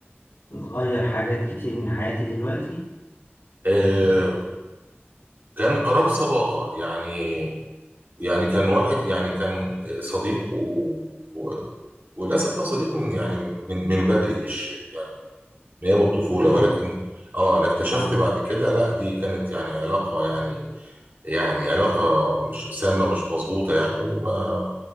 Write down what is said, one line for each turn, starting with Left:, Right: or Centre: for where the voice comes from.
Left: غير حاجات كتير من حياتي دلوقتي
Right: آه، كان قرار صداقة يعني يعني كان واحد يعني كان صديق و... و... وللأسف كان صديق من يعني من من بدري مش يعني من من أيام الطفولة
Left: الطفولة
Right: ولكن اه أنا اكتشفت
Left: اه
Right: بعد كده لا دي كانت يعني علاقة يعني يعني علاقة مش سامة مش مظبوطة يعني وما